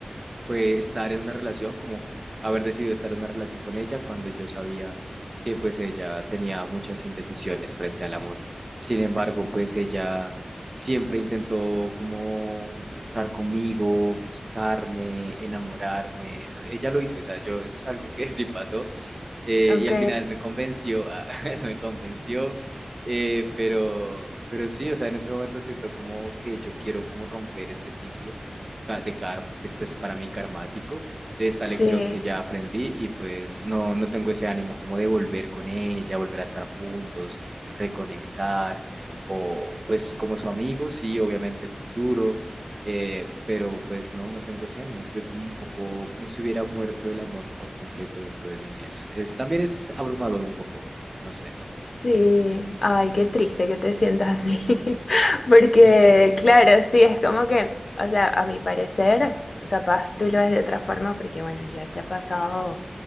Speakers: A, on the right; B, on the left.
A: fue estar en una relación, como haber decidido estar en una relación con ella cuando yo sabía que pues ella tenía muchas indecisiones frente al amor. Sin embargo, pues ella siempre intentó como estar conmigo, buscarme, enamorarme. Ella lo hizo, o sea, yo, eso es algo que <laughs> sí pasó. eh,
B: Ok,
A: y al final me convenció, <laughs> me convenció, eh, pero, pero sí, o sea, en este momento siento como que yo quiero como romper este ciclo ca- de, car- de, pues para mí karmático, de esta
B: sí.
A: lección que ya aprendí y pues no, no tengo ese ánimo como de volver con ella, volver a estar juntos, reconectar o pues como su amigo, sí, obviamente en un futuro, eh, pero pues no, no tengo ese ánimo, estoy como un poco como si hubiera muerto el amor por completo dentro de mí, es, es también es abrumador un poco, no sé,
B: Sí, ay, qué triste que te sientas así, <laughs> porque
A: <laughs> sí.
B: claro, sí, es como que, o sea, a mi parecer, capaz tú lo ves de otra forma, porque bueno, ya te ha pasado